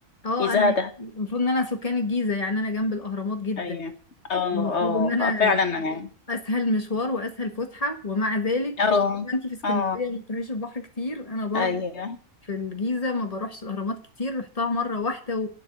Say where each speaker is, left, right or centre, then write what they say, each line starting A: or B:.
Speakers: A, on the left (about 25°); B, on the left (about 55°).
A: اه
B: بيزهدها
A: انا يعني- المفروض ان انا سكان الجيزة يعني انا جنب الاهرامات جدا
B: أيوة اه
A: المفروض
B: اه
A: ان انا
B: ففعلا يعني.
A: اسهل مشوار واسهل فسحه ومع ذلك
B: اه
A: زي ما انت في اسكندريه
B: اه
A: ما بتروحيش البحر كتير انا برضو
B: ايوه
A: في الجيزه ما بروحش الاهرامات كتير رحتها مره واحده و...